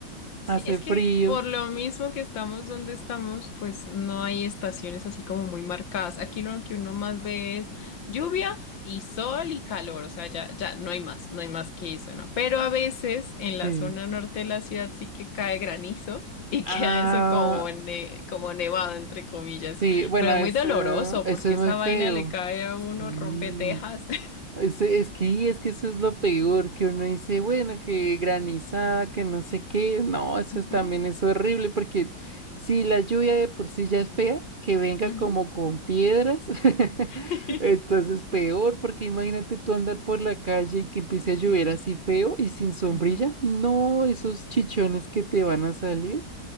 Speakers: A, on the left (about 75°); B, on the right (about 40°).
A: Sí,
B: hace
A: es que
B: frío.
A: por lo mismo que estamos donde estamos, pues no hay estaciones así como muy marcadas. Aquí lo que uno más ve es lluvia y sol y calor, o sea, ya, ya no hay más, no hay más que eso, ¿no? Pero a veces en
B: Sí.
A: la zona norte de la ciudad sí que cae granizo y <laughs> queda
B: Ah,
A: eso como, ne- como nevado, entre comillas,
B: sí, bueno,
A: pero es
B: eso,
A: muy doloroso
B: eso
A: porque
B: es
A: esa
B: muy
A: vaina
B: feo.
A: le cae a
B: Sí.
A: uno, rompe tejas. <laughs>
B: Es, es que, es que eso es lo peor, que uno dice, bueno, que granizada, que no sé qué. No, eso
A: Ujú,
B: es, también es horrible, porque si la lluvia de por sí ya es fea, que venga
A: ujú.
B: como con piedras, <laughs>
A: <laughs>
B: entonces peor, porque imagínate tú andar por la calle y que empiece a llover
A: Mm,
B: así feo y sin sombrilla.
A: ujú.
B: No, esos chichones que te van a salir,